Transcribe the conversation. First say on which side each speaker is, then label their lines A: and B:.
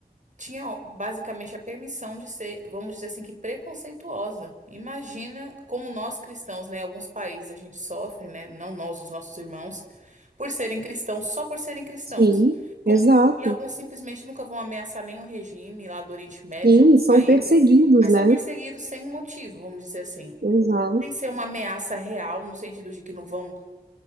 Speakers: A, on the right; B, on the right.
A: tinha ó, basicamente a permissão de ser, vamos dizer assim, que preconceituosa. Imagina como nós cristãos, né, alguns países a gente sofre, né, não nós, os nossos irmãos, por serem cristãos, só por serem cristãos.
B: Sim,
A: Como,
B: exato.
A: e alguns simplesmente nunca vão ameaçar nenhum regime lá do Oriente Médio,
B: Sim,
A: de alguns
B: são
A: países,
B: perseguidos,
A: mas
B: né?
A: são perseguidos sem motivo, vamos dizer assim.
B: Exato.
A: Sem ser uma ameaça real, no sentido de que não vão